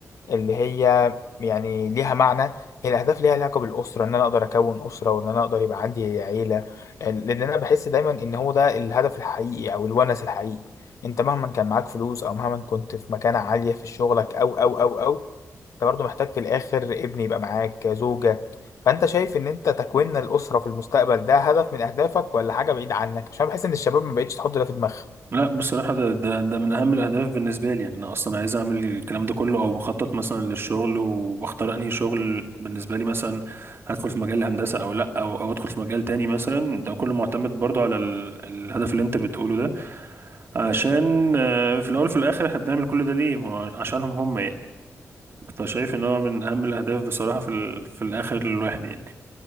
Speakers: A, on the left; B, on the right.
A: اللي هي يعني ليها معنى هي الأهداف ليها علاقة بالأسرة إن أنا أقدر أكون أسرة وإن أنا أقدر يبقى عندي عيلة لأن أنا بحس دايما إن هو ده الهدف الحقيقي أو الونس الحقيقي أنت مهما كان معاك فلوس أو مهما كنت في مكانة عالية في شغلك أو أو أو أو أنت برضه محتاج في الآخر ابن يبقى معاك زوجة فأنت شايف إن أنت تكوين الأسرة في المستقبل ده هدف من أهدافك ولا حاجة بعيد عنك عشان بحس إن الشباب ما بقتش تحط ده في دماغها
B: لا بصراحة ده ده ده من أهم الأهداف بالنسبة لي يعني أنا أصلا عايز أعمل الكلام ده كله أو بخطط مثلا للشغل وبختار أنهي شغل بالنسبة لي مثلا هدخل في مجال الهندسة أو لأ أو أو أدخل في مجال تاني مثلا ده كله معتمد برضو على ال- الهدف اللي أنت بتقوله ده عشان آه، في الأول في الآخر إحنا بنعمل كل ده ليه؟ ما هو عشانهم هم يعني فشايف ان هو من اهم الاهداف بصراحه في ال... في الاخر للواحد يعني